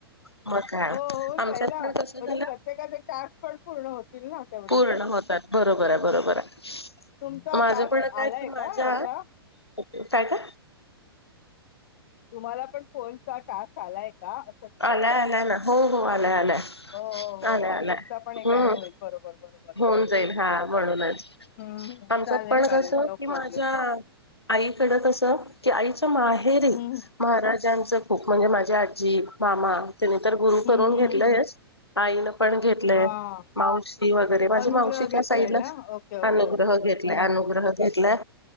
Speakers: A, on the left (about 80°); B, on the left (about 45°).
A: मग काय
B: हो होऊन
A: आमच्यात
B: जाई ना
A: पण
B: म्हणजे
A: कसं झालं
B: प्रत्येकाचे टास्क पण पूर्ण होतील ना तेवढेच.
A: पूर्ण होतात बरोबर आहे, बरोबर आहे.
B: तुमचा
A: माझ
B: टास्क
A: पण
B: आलाय
A: काय कि माझ्या
B: का याचा
A: ओके, काय ते?
B: तुम्हाला पण फोनचा टास्क आलाय? का असं विचारते
A: आलाय, आलाय ना, हो, हो आलाय, आलाय.
B: हो, हो,
A: आलाय
B: हो मग
A: आलाय
B: तुमचा पण एक
A: हम्म
B: ऍड होईल बरोबर. बरोबर
A: होऊन
B: येस
A: जाईल
B: येस
A: हा
B: बरोबर
A: म्हणूनच
B: हम्म हम्म.
A: आमच्यात
B: चालेल
A: पण
B: चालेल
A: कसं
B: नो
A: कि माझ्या
B: प्रॉब्लेम
A: आईकड कसं की आईच्या माहेरी
B: हम्म
A: महाराजांचं खूप म्हणजे माझी आजी, मामा त्यांनी तर गुरु
B: हम्म
A: करून
B: हम्म
A: घेतलंयच.
B: हम्म
A: आईनं पण घेतलंय.
B: हा
A: मावशी वगैरे माझ्या
B: अनुग्रह
A: मावशी
B: घेतलाय
A: त्या साईडला
B: ना ओके ओके
A: अनुग्रह
B: हम्म
A: घेतलाय, अनुग्रह घेतलाय.